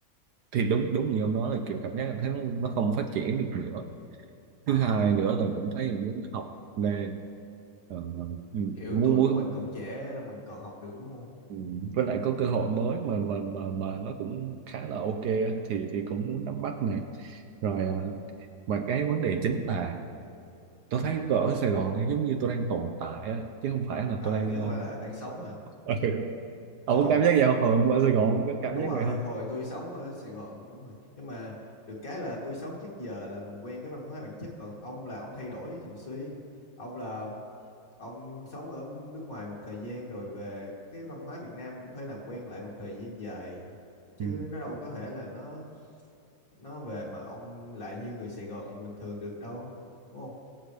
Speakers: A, on the right; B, on the left.
A: thì đúng đúng như ông nói là kiểu cảm giác là thấy nó, nó không phát triển được nữa
B: ờ
A: thứ hai nữa là cũng thấy là muốn học lên ờ,
B: ừ.
A: ừ,
B: kiểu
A: muốn
B: tuổi
A: muốn
B: của mình còn trẻ là mình còn học được đúng không
A: ừ, với lại có cơ hội mới mà mà mà mà nó cũng khá là ok á, thì thì cũng muốn
B: ừ.
A: nắm bắt nè rồi ờ, mà cái vấn đề chính là tôi
B: Ừ.
A: thấy tôi ở Sài Gòn thì giống như tôi đang tồn tại á, chứ không phải là
B: Ờ,
A: tôi đang
B: chứ không phải là đang sống hả
A: ờ, <laughs> ông
B: ừ
A: có cảm giác vậy không Hồi ông ở Sài Gòn ông có cảm
B: đúng
A: giác
B: rồi
A: vậy không
B: hồi tôi sống ở Sài Gòn tôi cũng vậy nhưng mà được cái là tôi sống trước giờ là mình quen cái văn hóa bản chất còn ông là ông thay đổi thường xuyên ông là Ông sống ở nước ngoài một thời gian rồi về cái văn hóa Việt Nam cũng phải làm quen lại một thời gian dài chứ
A: ừ.
B: nó đâu có thể là nó nó về mà ông lại như người Sài Gòn như bình thường được đâu đúng không